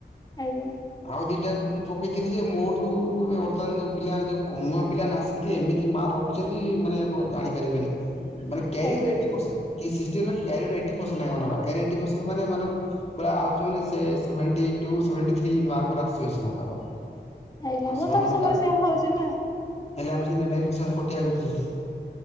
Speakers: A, on the left (about 20°); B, on the left (about 40°).
A: ଆଜ୍ଞା।
B: ଆଉ ଦିଟା ଉଁ ପକେଇଥିଲି ଯେ ମୋଠୁ ବୁ ବର୍ତ୍ତମାନ ଯୋଉ ପିଲାମାନେ ଯୋଉ କୋମା ପିଲା <unintelligible> ଏମିତି ମାର ରଖିଛନ୍ତି ମାନେ ଆପଣ ଜାଣିପାରିବେନି। ମାନେ କ୍ୟାରିଅର
A: ଆଜ୍ଞା
B: ଏଇଟି ପସେଣ୍ଟ କି ଏସି ଏଷ୍ଟି ବାଲା କ୍ୟାରିଅର ଟା ଏଇଟି ପସେଣ୍ଟ ତାଙ୍କ ମାନଙ୍କର ଆଉ କ୍ୟାରିଅର ଏଇଟି ପସେଣ୍ଟ ମାନେ ମାନ ଙ୍କର ଆଉ ଯୋଉ ମାନେ ସେ ସେଭେଣ୍ଟୀ ଟୁ ସେଭେଣ୍ଟୀ ଥ୍ରୀ ଇନି ମାର୍କ ପୁରା ଆସିବ ସେମାନଙ୍କର।
A: ଆଜ୍ଞା
B: ଆଉ ସେମାନଙ୍କ
A: ବର୍ତ୍ତମାନ ସମୟରେ
B: କାସ
A: ସେଇଆ ହଉଛି ନା
B: ହେଲେ ଆମେ <unintelligible> କଟିଯାଉଚନ୍ତି ସେଠୀ।